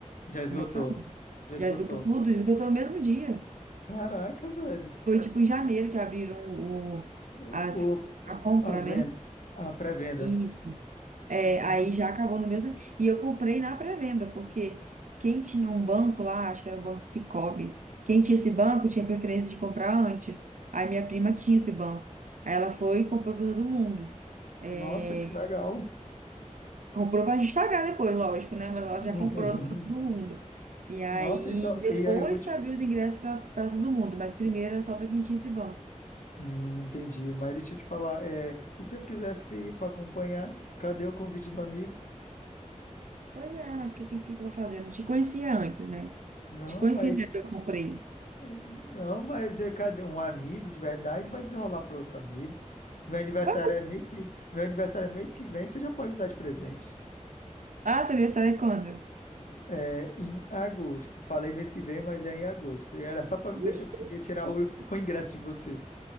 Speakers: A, on the left (about 85°); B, on the right (about 80°).
A: Já esgotou.
B: Como é que fala?
A: Já esgotou.
B: Já esgotou tudo, esgotou no mesmo dia.
A: Caraca, velho.
B: Foi tipo em janeiro que abriram o,
A: O,
B: as,
A: o-
B: a compra,
A: as vendas.
B: né?
A: A pré-venda.
B: Isso. É,
A: Hum,
B: aí já acabou no mesmo. E eu comprei na pré-venda, porque quem tinha um banco lá, acho que era o Banco Sicoob, quem tinha esse banco tinha preferência de comprar antes. Aí minha prima tinha esse banco. Aí ela foi e comprou para todo mundo. É,
A: nossa, que legal.
B: Comprou pra gente pagar depois, lógico, né? Mas
A: <laughs>
B: ela já comprou para todo mundo. E aí,
A: Nossa, então.
B: depois
A: E aí eu vou te.
B: que abriu os ingressos para todo mundo, mas primeiro era só para quem tinha esse banco.
A: Hum, entendi. Mas deixa eu te falar. É, e se eu quisesse ir para acompanhar? Cadê o convite do amigo?
B: Pois é, mas o que, que, que eu vou fazer? Não te conhecia antes, né?
A: Não,
B: Te conhecia
A: mas
B: né, que eu comprei.
A: Não, mas é, cadê? um amigo de verdade vai desenrolar para outro amigo. Meu aniversário
B: Ué,
A: é mês que, meu aniversário é mês que vem, você já pode me dar de presente.
B: Ah, seu aniversário é quando?
A: É em agosto. Falei mês que vem, mas é em agosto. E Era só para me ver
B: Vixe.
A: se eu conseguia tirar o, o ingresso de você.